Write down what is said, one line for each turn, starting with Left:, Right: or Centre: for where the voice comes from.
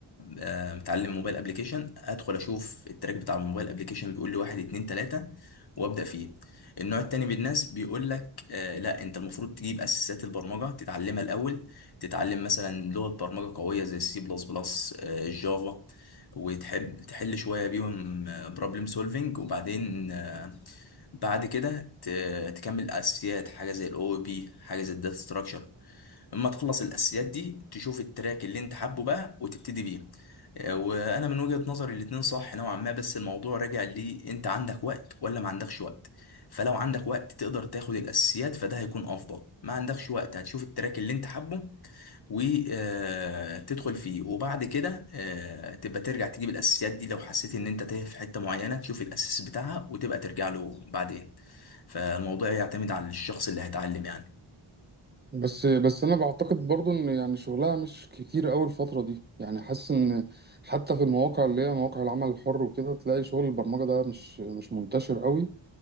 Left: آه، متعلم موبايل ابلكيشن ادخل اشوف التراك بتاع الموبايل ابلكيشن بيقول لي واحد اتنين تلاتة وابدا فيه النوع التاني من الناس بيقول لك آه، لا انت المفروض تجيب اساسات البرمجه تتعلمها الاول تتعلم مثلا لغه برمجه قويه زي السي بلس بلس الجافا وتحب تحل شويه بيهم بروبلم سولفنج وبعدين بعد كده ت- تكمل الاساسيات حاجه زي الاو بي حاجه زي الداتا ستراكشر اما تخلص الاساسيات دي تشوف التراك اللي انت حابه بقى وتبتدي بيه آه، وانا من وجهة نظري الاتنين صح نوعا ما بس الموضوع راجع لي انت عندك وقت ولا ما عندكش وقت فلو عندك وقت تقدر تاخد الاساسيات فده هيكون افضل ما عندكش وقت هتشوف التراك اللي انت حابه وتدخل فيه وبعد كده آه، تبقى ترجع تجيب الاساسيات دي لو حسيت ان انت تايه في حته معينه تشوف الاساس بتاعها وتبقى ترجع له بعدين فالموضوع يعتمد على الشخص اللي هيتعلم يعني
Right: بس بس انا بعتقد برضو ان يعني شغلها مش كتير قوي الفتره دي يعني حاسس ان حتى في المواقع اللي هي مواقع العمل الحر وكده تلاقي شغل البرمجه ده مش مش منتشر قوي